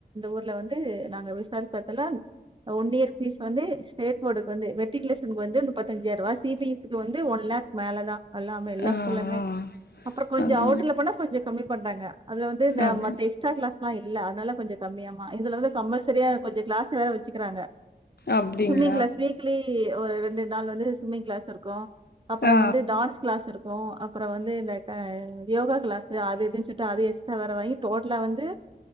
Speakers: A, on the right; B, on the left.
A: ஊர்ல வந்து நாங்க விசாரிப்பதல்லாம் ஒன் இயர் பீஸ் வந்து ஸ்டேட்போர்டு வந்து மெட்ரிகுலேசனுக்கு வந்து முப்பத்தஞ்சாயிர ரூபா சி பி எஸ் சி வந்து ஒன் லேக் மேல தான் எல்லாமே எல்லா
B: ஆ
A: ஸ்கூல்லுமே
B: ஆ ஆ
A: அப்புறம் கொஞ்சம்
B: அதா
A: அவுட்ல போனா கொஞ்சம் கம்மி பண்றாங்க அது வந்து இந்த
B: அப்
A: மத்த எக்ஸ்ட்ரா கிளாஸ் எல்லாம் இல்ல வில கொஞ்சம் கம்மியும் இதுல வந்து கம்பல்சரியா கொஞ்சம் கிளஸ் வேற வ ச்சுக்கிறாங்க
B: அப்படிங்களா
A: சும்மிங் க்ளாஸ் வீக்லி ஒரு ரெண்டு நாள் வந்து சும்மிங் கிளாஸ் இருக்கும் அப்புறம்
B: ஆ ஆ
A: வந்து டான்ஸ் கிளாஸ் இருக்கும் அப்புறம் வந்து இந்த யோகா கிளாஸ் அது எதுச்சுட்டு அது எக்ஸ்ட்ரா வேற வாங்கி டோட்டலா வந்து